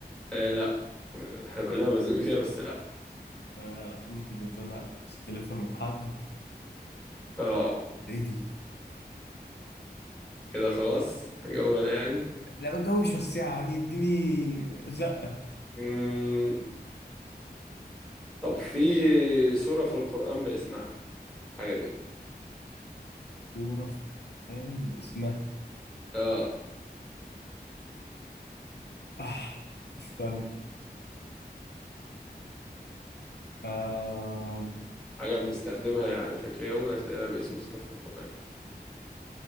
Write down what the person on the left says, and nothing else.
آه ممكن تتزنق تلفها من حد
ايه دي؟
لا الجو مش وسعة يعني اديني زقة
كورة في يعني باسمها
آه استنى آه